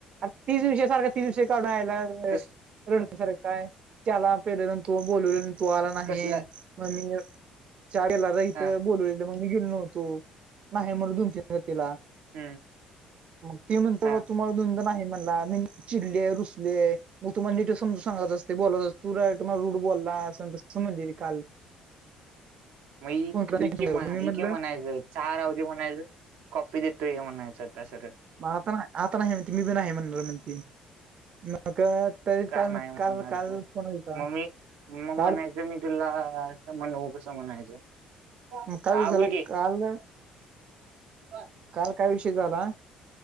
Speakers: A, on the right; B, on the right.
A: तीस दिवस सारख्या तीन दिवषय काढूनयला.
B: कस
A: रडक सारखं काय त्याला पेलं नंतू बोलवले न. तू आला नाहीन.
B: कसला
A: मग मी च्या गेला र हिथ
B: हा
A: बोलू मग मी गेलो नव्हतो, नाही म्हटलो दोन तीन वेळा तेला.
B: हम्म.
A: ग ते म्हणत
B: हा
A: ब तुम्हाला दधनधन आहे म्हणला मी चिडले रुसले. मग तुम्हाला डिटेल समजून सांगत असते बोलत अस तू तुम्हा रुड बोलला अस समजली काल.
B: मग
A: फोन मी
B: इके म
A: म्हणलं
B: इके म्हणायचं. चहा राहते म्हणायच कॉपी देतोय हे म्हणायचं आता सरळ.
A: मग आता नाही आता नाही म्हणती मी बी नाही म्हणणार म्हणते. मग तरी
B: का
A: काल
B: नाही
A: मग
B: म्हणणार
A: काल काल
B: तू
A: फण व्हयचा.
B: मग मी मग
A: काल
B: म्हणायचं मी तुला म्हणऊ कस म्हणायचं. का,
A: काय
B: हा
A: झालं
B: बोल की
A: काल
B: बा.
A: काल काय विषय झाला.